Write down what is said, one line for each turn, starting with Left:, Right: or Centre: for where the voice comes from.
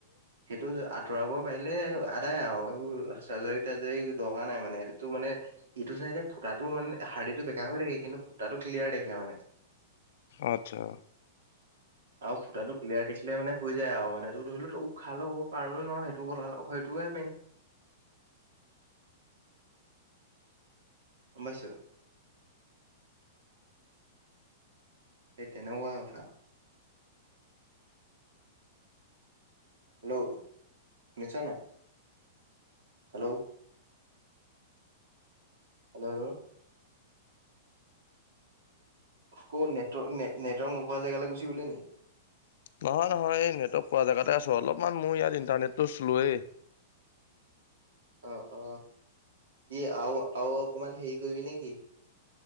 Right: সেইটো আঁতৰাব পাৰিলে আদায় আৰু এইবোৰ চাৰ্জাৰী তাৰ্জাৰি দৰকাৰ নাই মানে। সেইটোতো মানে এইটো চাইডে ফুটাটো মানে হাৰ্ডীটো বেকা হৈ থাকে কিন্তু ফুটাটো ক্লিয়াৰ দেখে মানে।
Left: অ', আতছা।
Right: আৰু ফুটাতো ক্লিয়াৰ দেখিলে মানে হৈ যায় আৰু মানে তোৰ ধৰি ল উশাহ ল'ব পাৰো নে নোৱাৰো সেইটো কথা সেইটোহে মেইন। গম পাইছ। সেই তেনেকুৱা কথা। হেল্ল' শুনিছনে নাই হেল্ল'। <inaudible> আকৌ নেটৱ-নেটৱৰ্ক নোপোৱা জেগালৈ গুচি গলি নেকি?
Left: নহয় নহয় এই নেটৱৰ্ক পোৱা জেগাতে আছো অলপমান মোৰ ইয়াত ইণ্টাৰনেটো শ্লোৱেই।
Right: অ', অ', কি আৰু আৰু অকমান হেৰি কৰিবি নেকি?